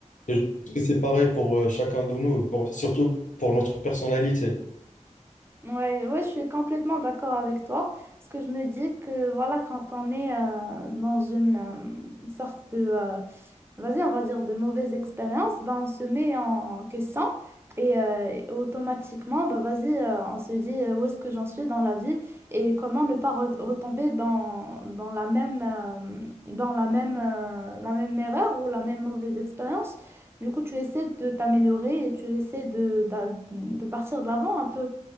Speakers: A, on the left (about 90°); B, on the right (about 20°).
A: et je pense que c'est pareil pour euh, chacun de nous, pour, surtout pour notre personnalité.
B: Ouais, ouais, je suis complètement d'accord avec toi, parce que je me dis que voilà, quand on est euh, dans une euh, sorte de, euh, vas-y, on va dire de mauvaise expérience, ben, on se met en question et euh, et automatiquement, ben, vas-y, euh, on se dit euh, où est-ce que j'en suis dans la vie et comment ne pas re- retomber dans, dans la même, euh, dans la même, euh, la même erreur ou la même mauvaise expérience. Du coup, tu essaies de t'améliorer et tu essaies de, d'a- de partir de l'avant un peu.